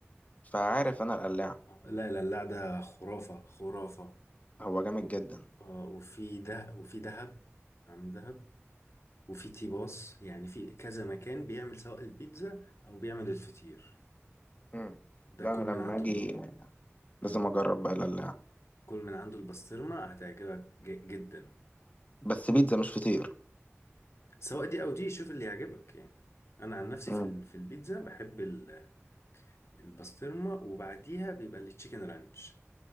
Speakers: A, on the left (about 35°); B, on the left (about 70°).
A: فعارف انا القلاع
B: لا القلاع ده خرافة خرافة
A: هو جامد
B: و-
A: جدا
B: اه وفي ده وفي دهب عم دهب وفي تيباس يعني في كذا مكان بيعمل سواء البيتزا او بيعمل الفطير
A: مم.
B: ده
A: لا
B: كل
A: انا
B: من
A: لما
B: عنده
A: اجي
B: الب... مم.
A: لازم اجرب بقى القلاع
B: كل من عنده البسطرمة هتعجبك ج- جدا
A: بس بيتزا مش فطير
B: سواء دي او دي شوف اللي يعجبك يعني انا عن نفسي
A: مم.
B: في ال- في البيتزا بحب ال- البسطرمه وبعديها بيبقى التشيكن رانش